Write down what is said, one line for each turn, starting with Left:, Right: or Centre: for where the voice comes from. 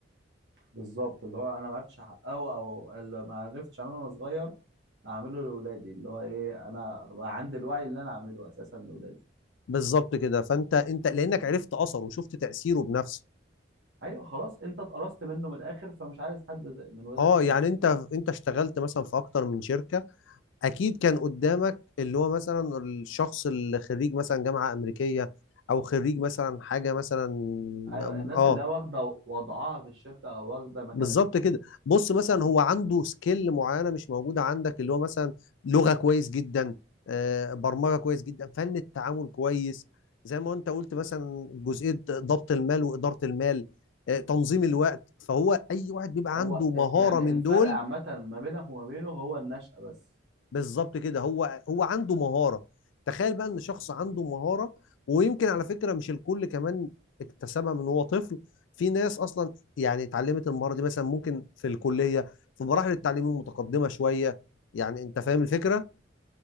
Right: بالظبط اللي هو انا ما عرفتش احققه او اللي ما عرفتش اعمله وانا صغير اعمله لاولادي اللي هو ايه انا بقى عندي الوعي اللي انا اعمله اساسا لاولادي
Left: بالظبط كده فانت انت لانك عرفت اثره وشفت تاثيره بنفسك
Right: ايوه خلاص انت اتقرصت منه من الاخر فمش عايز حد زي- من ولادك
Left: اه
Right: يتقرص
Left: يعني انت
Right: منه
Left: انت اشتغلت مثلا في اكتر من شركه اكيد كان قدامك اللي هو مثلا الشخص اللي خريج مثلا جامعه امريكيه او خريج مثلا حاجه مثلا
Right: ايوه الناس
Left: اه
Right: اللي هي واخده وضعها في الشركه او واخده مكانتها
Left: بالظبط كده بص مثلا هو عنده سكيل معينه مش موجوده عندك اللي هو مثلا لغه كويس جدا آه، برمجه كويس جدا فن التعامل كويس زي ما انت قلت مثلا جزئيه ضبط المال واداره المال آه، تنظيم الوقت فهو اي واحد بيبقى
Right: هو
Left: عنده مهاره
Right: يعني
Left: من
Right: الفرق
Left: دول
Right: عامه ما بينك وما بينه هو النشأة بس
Left: بالظبط كده هو هو عنده مهارة تخيل بقى ان شخص عنده مهارة ويمكن على فكرة مش الكل كمان اكتسبها من هو طفل في ناس اصلا يعني اتعلمت المهارة دي مثلا ممكن في الكلية في مراحل التعليم المتقدمة شوية يعني انت فاهم الفكرة